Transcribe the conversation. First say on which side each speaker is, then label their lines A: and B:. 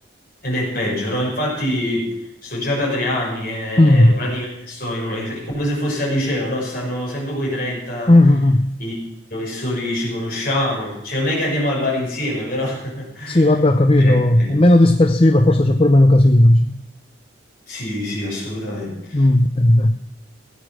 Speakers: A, on the left; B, on the left.
A: ed è peggio, no? Infatti Sto già da tre anni e
B: Mm.
A: praticamente sto in un- è come se fossi al liceo, no? Stanno sempre quei 30
B: Mm, mm, mm.
A: i professori che ci conosciamo. Cioè, non è che andiamo al bar insieme, però. <laughs>
B: Sì, vabbè, ho capito.
A: Eh, eh.
B: È meno dispersiva, forse c'è pure meno casino. dici.
A: Sì, sì, assolutamente.
B: Mm, bene, bene.